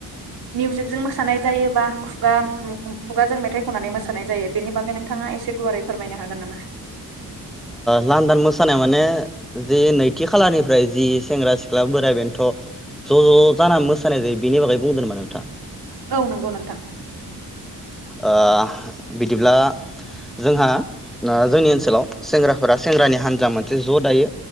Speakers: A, on the right; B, in the centre.
A: मिउजिकजों मोसानाय जायोबा खुगा खुगाजों मेथाइ खननानै मोसानाय जायो बेनि बागै नोंथाङा एसे गुवारै फोरमायनो हागोन नामा?
B: लान्दान मोसानाया माने जि नैथि खालारनिफ्राय जि सेंग्रा सिख्ला बोराय बेनोथ' ज' ज' जानानै मोसानाय जायो बिनि बागै बुंदों नामा नोंथाङा?
A: औ नंगौ नोंथां।
B: ओ बिदिब्ला जोंहा जोंनि ओन सोलाव सेंग्राफोरा सेंग्रानि हान्जा मोनसे ज' दायो